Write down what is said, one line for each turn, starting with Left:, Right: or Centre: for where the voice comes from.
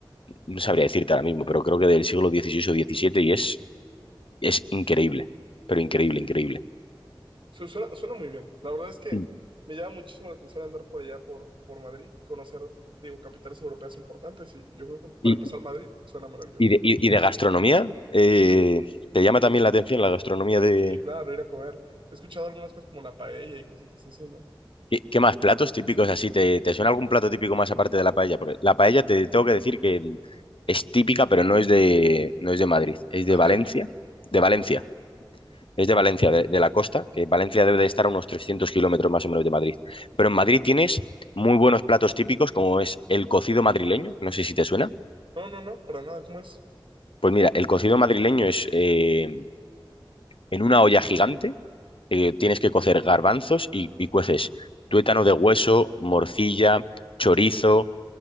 Left: no sabría decirte ahora mismo, pero creo que del siglo XVI o XVII y es, es increíble, pero increíble, increíble.
Right: Su- Suena, suena muy bien. La verdad es que
Left: Mm.
Right: me llama muchísimo la atención andar por allá, por, por Madrid, conocer, digo, capitales europeas importantes. Y yo creo que para
Left: Y,
Right: empezar Madrid suena maravilloso.
Left: y de, y- y de gastronomía, eh, ¿te llama también la atención la gastronomía de,
Right: Y claro, ir a comer. He escuchado algunas cosas como la paella y cositas así, ¿no?
Left: ¿Qué, qué más platos típicos así? ¿Te, te suena algún plato típico más aparte de la paella? Porque la paella te tengo que decir que es típica, pero no es de, no es de Madrid, es
Right: ¿De
Left: de
Right: dónde
Left: Valencia.
Right: es?
Left: De
Right: Ah,
Left: Valencia,
Right: Valencia.
Left: es de Valencia, de, de la costa, que Valencia debe de estar a unos 300 kilómetros más o menos de Madrid. Pero en Madrid tienes muy buenos platos típicos, como es el cocido madrileño, no sé si te suena.
Right: No, no, no, para nada, ¿cómo es?
Left: Pues mira, el cocido madrileño es eh, en una olla gigante, eh, tienes que cocer garbanzos y, y cueces tuétano de hueso, morcilla, chorizo